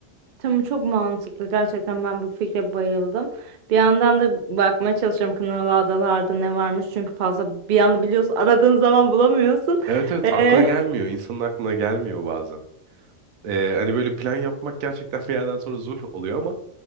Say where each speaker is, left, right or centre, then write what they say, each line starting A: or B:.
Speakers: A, on the right (about 65°); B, on the right (about 85°).
A: Tamam çok mantıklı. Gerçekten ben bu fikre bayıldım. Bir yandan da bakmaya çalışıyorum Kınalı Adalar'da ne varmış. Çünkü fazla bir anda biliyorsun aradığın zaman bulamıyorsun.
B: Evet evet
A: Ee,
B: akla gelmiyor. İnsanın aklına gelmiyor bazen. Ee, hani böyle plan yapmak gerçekten <laughs> bir yerden sonra zul oluyor ama